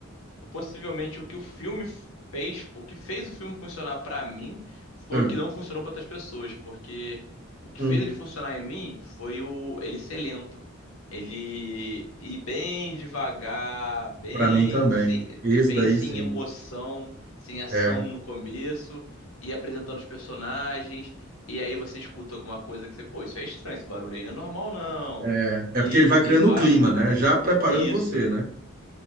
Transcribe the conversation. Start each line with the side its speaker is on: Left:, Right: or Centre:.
Left: Possivelmente o que o filme fez, o que fez o filme funcionar pra mim foi
Right: Hum,
Left: o que não funcionou pra outras pessoas, porque o que
Right: hum.
Left: fez ele funcionar em mim foi o ele ser lento. Ele ir bem devagar, bem
Right: Pra mim também.
Left: sem,
Right: Esse
Left: bem
Right: daí,
Left: sem
Right: sim.
Left: emoção, sem ação
Right: É,
Left: no começo, e apresentando os personagens, e aí você escuta alguma coisa que você, pô, isso é estranho, esse barulho aí não é normal não.
Right: é.
Left: E,
Right: É porque ele vai criando
Left: e vai
Right: o clima, né? Já preparando
Left: isso.
Right: você, né?